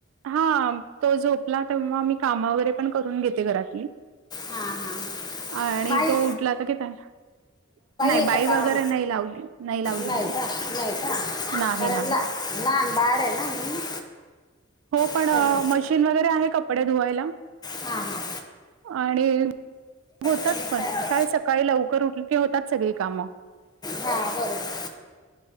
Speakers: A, on the right; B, on the left.
A: हा तो झोपला तेव्हा मी काम वगैरे पण करून घेते घरातली.
B: हां हां
A: आणि
B: बाई
A: तो उठला तर घे त्याला. नाही
B: आहे
A: बाई
B: का
A: वगैरे
B: का
A: नाही लावली. लावली
B: नाही
A: मी.
B: का
A: नाही नाही
B: लहान बाळ आहे ना म्हणून.
A: हो पण
B: तर-
A: मशीन वगैरे आहे. कपडे धुवायला
B: हां हां
A: आणि? होतात.
B: चालेल.
A: पण सकाळी लवकर उठले की होतात सगळी कामं.
B: हा बरोबर.